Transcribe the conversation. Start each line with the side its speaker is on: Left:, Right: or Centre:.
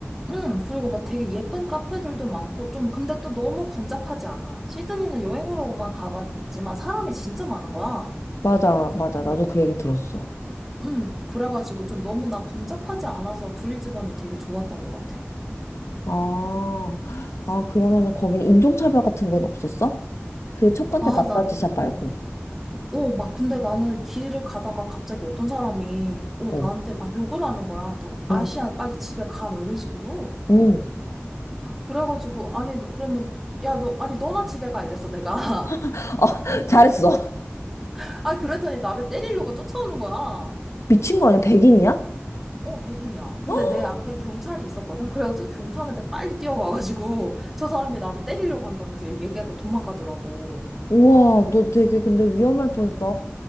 Centre: 음, 그리고 막 되게 예쁜 카페들도 많고, 좀 근데 또 너무 번잡하지 않아. 시드니는 여행으로만 가봤지만 사람이 진짜 많은 거야.
Left: 맞아, 맞아. 나도 그 얘기 들었어.
Centre: 음, 그래가지고 좀 너무 나 번잡하지 않아서 브리즈번이 되게 좋았던 것 같아.
Left: 아, 아 그러면은 거기는 인종차별 같은 건 없었어? 그 첫 번째
Centre: 아,
Left: 마사지샵
Centre: 나
Left: 말고.
Centre: 어, 막, 근데 나는 길을 가다가 갑자기 어떤 사람이, 어,
Left: 어,
Centre: 나한테 막 욕을 하는 거야. 너
Left: 어,
Centre: 아시안 빨리 집에 가. 막 이런 식으로.
Left: 어.
Centre: 그래가지고, 아니, 너, 그러면, 야, 너, 아니, 너나 집에 가. 이랬어, 내가.
Left: <laughs> 아, 잘했어.
Centre: <laughs> 아, 그랬더니 나를 때리려고 쫓아오는 거야.
Left: 미친 거 아니야? 백인이야?
Centre: 어, 백인이야. 근데
Left: <gasps>
Centre: 내 앞에 경찰이 있었거든. 그래가지고 경찰한테 빨리 뛰어가가지고, <laughs> 저 사람이 나를 때리려고 한다면서 이렇게 얘기하고 도망가더라고.
Left: 우와, 너 되게 근데 위험할 뻔했다.